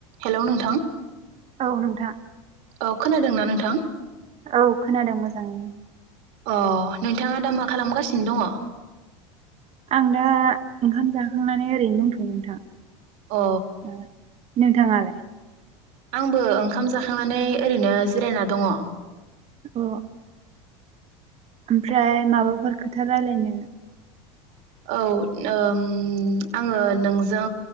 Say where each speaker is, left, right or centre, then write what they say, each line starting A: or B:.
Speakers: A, on the right (about 65°); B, on the right (about 40°).
A: Hello नोंथां।
B: औ नोंथां।
A: औ खोनादोंना नोंथां?
B: औ खोनादों मोजाङैनो।
A: अ नोंथाङा दा मा खालामगासिनो दङ?
B: आं दा ओंखाम जा खांनानै ओरैनो दंथ'यो नोंथां।
A: अ
B: ओ नोंथाङालाय?
A: आंबो ओंखाम जाखांनानै ओरैनो जिरायना दङ।
B: अ ओमफ्राय माबाफोर खोथा रायलायनो?
A: औ नोम आङो नोंजों